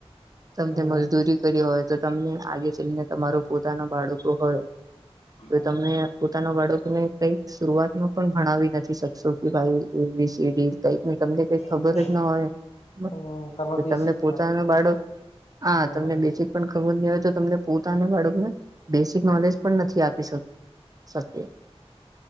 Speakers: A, on the right; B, on the left.
A: તમને
B: હમ
A: મજદૂરી કરી હોય તો તમને આગે ચલીને તમારો પોતાના બાળકો હોય. તો
B: હમ
A: તમને પોતાનો બાળકોને કઈક શરૂઆતમાં પણ ભણાવી નથી શકશો કે ભાઈ એબી સીડી. કઈકની તમને કઈક
B: હમ
A: ખબર જ ના હોય
B: હમ તમાર બેસિકમાં
A: તમને પોતાનો બાળક હા
B: હમ
A: તમને બી પણ ખબર નહી અવે તો તમને પોતાના બાળકને બેસિક નોલેજ પણ નથી આપી શક શકે.